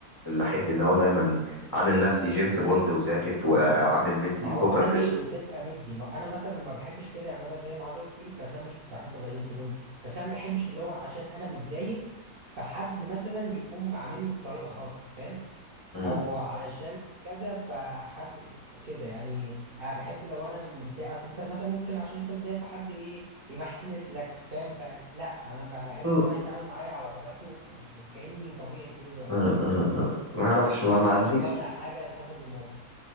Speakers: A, on the left; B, on the right.
A: اللي احب اللي هو دايما عامل نفسي جيمس بوند وزاكت وعامل مدي
B: ما
A: البوكر
B: هو ده
A: فيس
B: مش بتبقى
A: و...
B: مدي ما انا مثلا ما بحبش كده يعني انا زي ما حضرتك بتقول بس انا مش بحب ابقى جيمس بوند بس انا ما بحبش اللي هو عشان انا متضايق فحد مثلا يقوم عاملني بطريقة خاصة فاهم
A: م-
B: او علشان كذا فحد ك- كده يعني انا بحب لو انا متضايق اصل انت مثلا ممكن عشان انت متضايق فحد ايه يمحلس لك فاهم فلا انا بح- بحب
A: م-
B: كل واحد يتعامل معايا على طبيعته ف... ف... كاني طبيعي طول الوقت
A: م- م- ما اعرفش
B: ما بحبش حد
A: ما, ما
B: يصطنع
A: عنديش
B: حاجه على حسب الموقف